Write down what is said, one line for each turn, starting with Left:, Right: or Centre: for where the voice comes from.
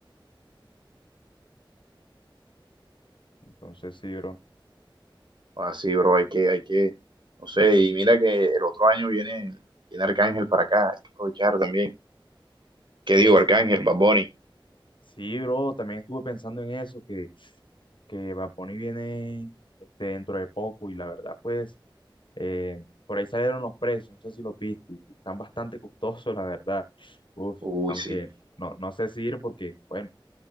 Left: Entonces, sí, bro.
Right: Así, bro, hay que, hay que, no sé, y mira que el otro año viene, viene Arcángel para acá, hay que aprovechar también. ¿Qué digo,
Left: Ey, s-
Right: Arcángel, Bad Bunny?
Left: sí, bro, también estuve pensando en eso, que, que Bad Bunny viene este, dentro de poco y la verdad, pues, eh, por ahí salieron los precios, no sé si los viste, que están bastante costosos, la verdad. Uf,
Right: Uy,
Left: aunque
Right: sí.
Left: no, no sé si ir porque, bueno,